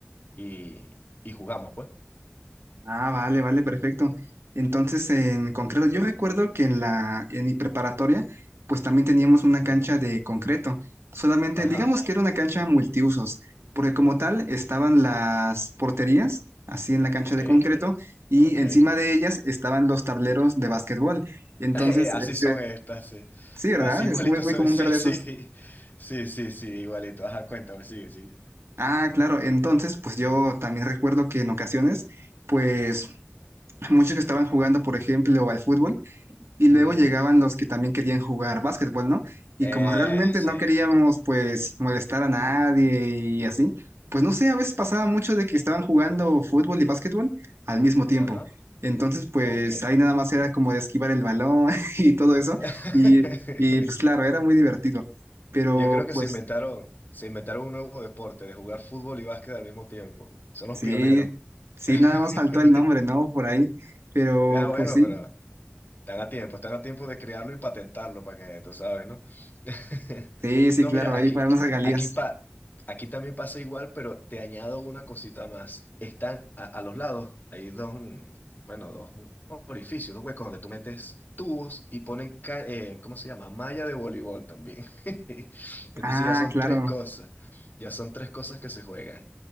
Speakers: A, on the left; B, on the right.
A: y, y jugamos, pues.
B: Ah, vale, vale, perfecto. Entonces, en concreto, yo recuerdo que en la, en mi preparatoria, pues también teníamos una
A: Ujú.
B: cancha de concreto. Solamente,
A: Ajá,
B: digamos que era una cancha multiusos, porque como tal estaban las porterías, así en la cancha
A: ok,
B: de concreto, y
A: ok.
B: encima de ellas estaban los tableros de básquetbol. Entonces,
A: Eh, Así
B: este,
A: son estas, sí.
B: sí, ¿verdad?
A: Así igualitos
B: Es muy, muy
A: son.
B: común
A: <laughs> Sí,
B: ver de
A: sí.
B: esos.
A: Sí, sí, sí, igualito. Ajá, cuéntame, sigue, sigue.
B: Ah, claro. Entonces, pues yo también recuerdo que en ocasiones, pues muchos que estaban jugando, por ejemplo, al fútbol, Y luego
A: Ujú.
B: llegaban los que también querían jugar básquetbol, ¿no? Y
A: Eh,
B: como realmente
A: sí.
B: no queríamos, pues, molestar a nadie y así, pues no sé, a veces pasaba mucho de que estaban jugando fútbol y básquetbol al mismo tiempo.
A: Ajá.
B: Entonces, pues
A: Ok.
B: ahí nada más era como de esquivar el balón <laughs> y todo eso.
A: <laughs>
B: Y, y pues claro, era muy divertido. Pero
A: Yo creo que
B: pues
A: se inventaron, se inventaron un nuevo deporte de jugar fútbol y básquet al mismo tiempo. Son los
B: sí,
A: pioneros.
B: sí,
A: <laughs>
B: nada más faltó el nombre, ¿no? Por ahí. Pero
A: Ah, bueno,
B: pues sí,
A: pero están a tiempo, están a tiempo de crearlo y patentarlo para que tú sabes, ¿no? <laughs>
B: sí, sí,
A: No,
B: claro,
A: mira,
B: ahí
A: aquí,
B: para unas regalías.
A: aquí, pa, aquí también pasa igual, pero te añado una cosita más. Están a, a los lados, hay dos, mm, bueno, dos orificios, dos huecos donde tú metes tubos y ponen, ca- eh, ¿cómo se llama? Malla de voleibol también. <laughs> Entonces
B: Ah,
A: ya son
B: claro.
A: tres cosas, ya son tres cosas que se juegan.